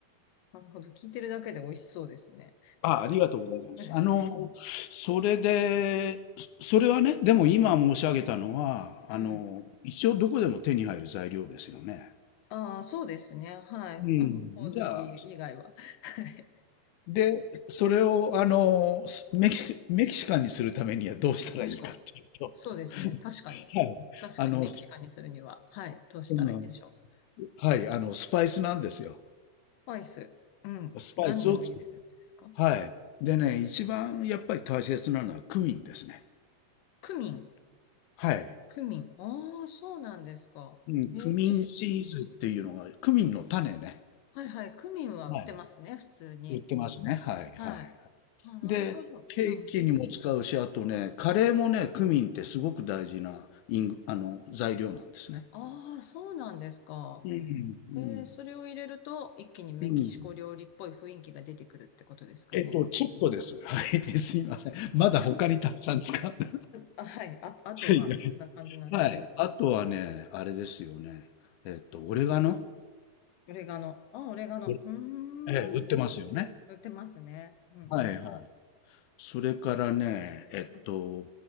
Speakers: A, on the left (about 70°); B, on the left (about 80°).
A: なるほど。聞いてるだけで美味しそうですね。
B: あ、ありがとうございます。
A: <laughs>
B: あの、それで、そそれはね、でも今申し上げたのは、あの、
A: うん。
B: 一応どこでも手に入る材料ですよね。
A: ああ、そうですね。はい。
B: うん、
A: あの、ほおずき以外は。
B: じゃあ、
A: はい。
B: で、それを、あの、すメキメキシカンにするためにはどうしたらいいかっていうと、
A: 確かに。そうですね。
B: <laughs>
A: 確かに。
B: はい、
A: 確かに、
B: あの、
A: メキシカンにするには、
B: す
A: はい。どうしたらいいんでしょう。
B: うん、はい、あの、スパイスなんですよ。
A: スパイス。うん。
B: スパイスを作る
A: 何を入れるんですか
B: はい。でね、一番やっぱり大切なのはクミンですね。
A: クミン。
B: はい。
A: クミン。ああ、そうなんですか。
B: うん、
A: へえ。
B: クミンシーズっていうのが、クミンの種ね。
A: はいはい。クミンは売ってますね。
B: はい。
A: 普通に。
B: 売ってますね。はい、
A: はい。
B: はい。
A: あ、なるほど。
B: で、ケーキにも使うし、
A: うん。
B: あとね、カレーもね、クミンってすごく大事なイング、あの、材料なんですね。
A: ああ、そうなんですか。
B: うん、
A: えー、それを入れると、一気にメキシコ料理っぽい雰囲気が出てくるってことですかね。
B: うん、うん。えっと、ちょっとです。<laughs> はい、<laughs> すいません。まだ他にたくさん使って。
A: ちょっと、あ、あはい。あ、あとはどんな感じなんでしょ
B: <laughs> はいはい、はい。あとはね、あれですよね。えっと、オレガノ、
A: う。オレガノ。あ、オレガノ。
B: え
A: うーん。
B: え、売ってますよね。
A: 売ってますね。うんうん。
B: はいはい。それからね、えっと、
A: うん、